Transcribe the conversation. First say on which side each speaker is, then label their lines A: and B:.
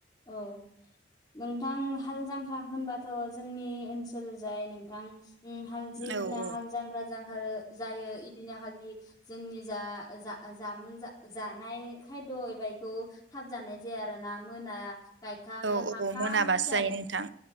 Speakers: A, on the left (about 20°); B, on the right (about 75°).
A: औ नों थां हाल जांख्रा होनबाथ जोंनि ओन्सोल जाय नोंथां उम हाल जे
B: औ
A: दिना
B: औ
A: हाल जांख्रा जाहारो जायो इदिना खालि जोंनि जा-जा-जामुं जा-जानाय खायद' एबा इखौ थाब जानाय जाया आरो ना मोना गायखां
B: औ
A: लोखां
B: औ
A: खानसेयान
B: मोनाबासो जायो नोंथां